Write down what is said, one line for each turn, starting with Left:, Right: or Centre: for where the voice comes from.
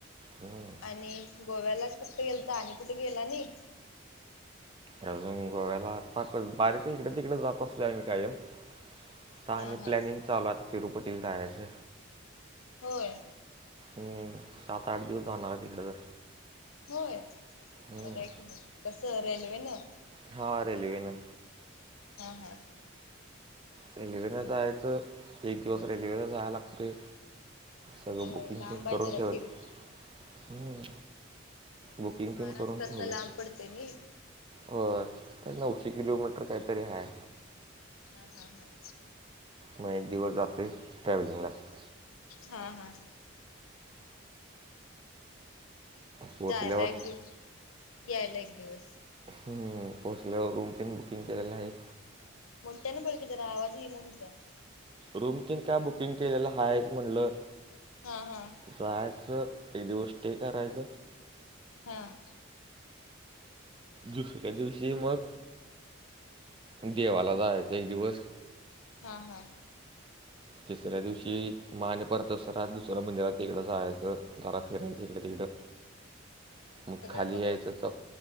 Right: हम्म.
Left: आणि गोव्यालाच फक्त गेलता तर आणि कुठे गेला नाही?
Right: अजून, गोव्याला बारीक येकडे तिकडेच जात असलोय मी कायम आताआणि
Left: हा हा
Right: प्लॅनिंग चालू आता तिरूपतीला जायचं
Left: होय
Right: हा, सात-आठ दिवस जाणार आहे तिकड तर
Left: होय बर
Right: हम्म.
Left: आहे की मग, कसं रेल्वेन
Right: हा रेलवेन
Left: हा हा
Right: रेल्वेने जायचं एक दिवस रेल्वेला जायला लागते
Left: होय
Right: सगळं बुकिंग
Left: लांब
Right: ते
Left: आहे
Right: करून
Left: जरा
Right: ठेवलं
Left: तिरू
Right: बुकिंग
Left: महाराष्ट्रातन
Right: तेन करून ठेवले
Left: लांब पडते नाही
Right: होय एक नऊशे किलोमीटर काहीतरी आहे
Left: हा हम हम
Right: माहा एक दिवस जाते ट्रॅव्हलिंगला च
Left: हं हं
Right: पोचल्यावर
Left: जायला एक दिवस यायला एक दिवस
Right: हम्म पोहोचल्यावर रूम तीन बुकिंग केलेल आहेच
Left: मोठ्यान बोल की जरा आवाज येईना तुझा
Right: रूम तेन काय बुकिंग केलेल हायच म्हटल
Left: हां हां
Right: जायच एक दिवस स्टे करायच
Left: हं
Right: दुसऱ्या दिवशी मग देवाला जायच एक दिवस
Left: हां हां
Right: तिसऱ्या दिवशी म आणि परत अस राजुश्वेर मंदिरात तिकड जायच जरा फिरायच इकड तिकड
Left: <unintelligible>
Right: मग
Left: सगळं
Right: खाली
Left: बघायचं
Right: यायच च